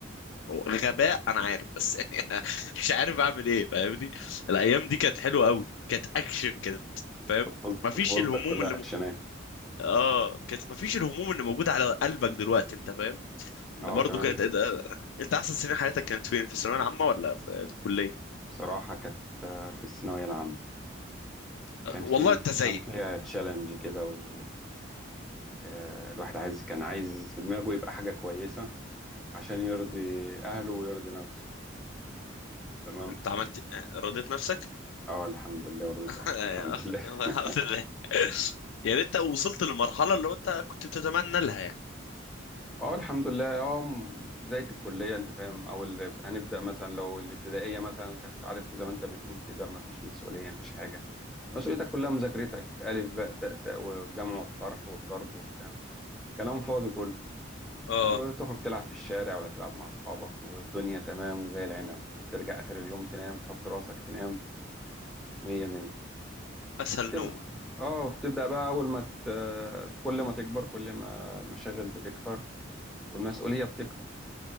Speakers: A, on the left; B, in the centre.
A: هو غباء انا عارف بس يعني انا <laughs> مش عارف اعمل ايه فاهمني الايام دي كانت حلوه قوي كانت اكشن كانت فاهم
B: طفولت-
A: مفيش
B: طفولتك
A: الهموم
B: كلها
A: اللي
B: اكشنات
A: م... اه كانت مفيش الهموم اللي موجوده على قلبك دلوقتي انت فاهم
B: اه
A: برضه
B: تمام
A: كانت آه، انت احسن سنين حياتك كانت فين في الثانويه العامه ولا في الكليه
B: بصراحة كانت آه، في الثانوية العامة
A: آه،
B: كان
A: والله
B: في
A: انت زي
B: كان فيها تشالنج كده و آه، الواحد عايز كان عايز في دماغه يبقى حاجة كويسة عشان يرضي أهله ويرضي نفسه تمام
A: انت عملت آه، رضيت نفسك
B: اه الحمد لله رضيت
A: <laughs>
B: أهلي الحمد لله <laughs>
A: الحمد لله يا ريت وصلت للمرحله اللي هو انت كنت بتتمنى لها يعني
B: اه الحمد لله اه م- بداية الكلية انت فاهم او ال- هنبدأ مثلا لو الابتدائية مثلا كانت عارف زي ما انت بتقول كده ما فيش مسؤولية ما فيش حاجة مسؤوليتك كلها مذاكرتك ألف باء تاء ساء والجمع والطرح والضرب وبتاع كلام فاضي كله
A: اه
B: وتخرج تلعب في الشارع ولا تلعب مع أصحابك والدنيا تمام وزي العنب ترجع آخر اليوم تنام تحط راسك تنام مية مية
A: اسهل
B: تب-
A: نومه
B: اه بتبدأ بقى أول ما ت... كل ما تكبر كل ما المشاغل بتكتر والمسؤولية بتكتر